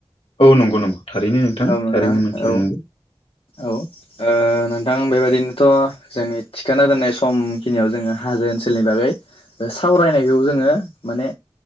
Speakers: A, on the left; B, on the left.
A: औ नंगौं-नंगौ थारैनो नोंथां
B: औ
A: थारैनो मिथिनो
B: औ औ नोंथां बेबायदिनोथ' जोंनि थिखाना दोननाय समखिनियाव जोङो हाजो ओनसोलनि बागै सावरायनायखौ जोङो माने